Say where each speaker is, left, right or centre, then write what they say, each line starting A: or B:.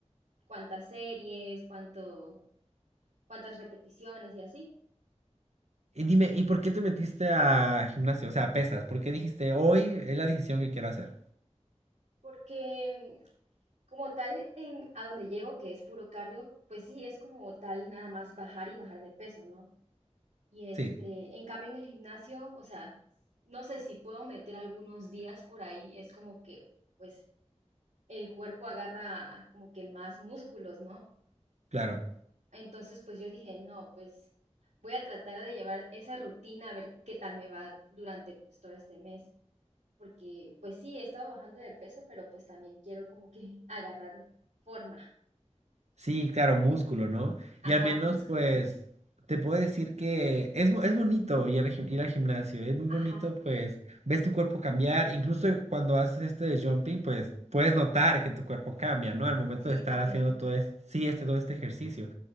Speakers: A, on the right; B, on the right.
A: cuántas series, cuánto cuántas repeticiones y así.
B: Y dime, ¿y por qué te metiste a gimnasio? O sea, a pesas. ¿Por qué dijiste, hoy es la decisión que quiero hacer?
A: Porque como tal, en, a donde llego, que es puro cardio, pues sí, es como tal nada más bajar y bajar de peso, ¿no? Y este,
B: Sí,
A: en cambio en el gimnasio, o sea, no sé si puedo meter algunos días por ahí, es como que pues el cuerpo agarra como que más músculos, ¿no?
B: claro.
A: Entonces pues yo dije, no, pues voy a tratar de llevar esa rutina a ver qué tal me va durante pues todo este mes. porque pues sí, he estado bajando de peso, pero pues también quiero como que <laughs> agarrar forma,
B: Sí, claro, músculo, ¿no?
A: ajá,
B: Y al menos,
A: músculo,
B: pues, te puedo decir que es, bo- es bonito ir al, gim- ir al gimnasio, es muy
A: ajá,
B: bonito, pues, ves tu cuerpo cambiar, incluso cuando haces este de jumping, pues, puedes notar que tu cuerpo cambia, ¿no? Al momento
A: sí,
B: de estar
A: también,
B: haciendo todo este, sí, este, todo este ejercicio.